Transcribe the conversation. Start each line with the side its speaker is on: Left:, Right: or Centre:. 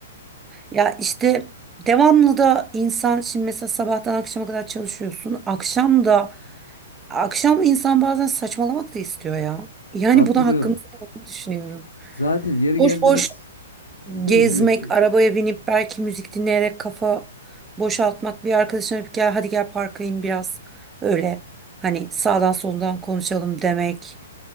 Right: Ya işte devamlı da insan şimdi mesela sabahtan akşama kadar çalışıyorsun. Akşam da akşam insan bazen saçmalamak da istiyor ya. Yani
Left: Hatırlıyorum.
Right: buna hakkımız olduğunu düşünüyorum.
Left: Zaten yeri
Right: Boş
Left: geldiniz
Right: boş
Left: buyur
Right: gezmek,
Left: buyursun.
Right: arabaya binip belki müzik dinleyerek kafa boşaltmak, bir arkadaşına bir gel hadi gel parka in biraz öyle hani sağdan soldan konuşalım demek.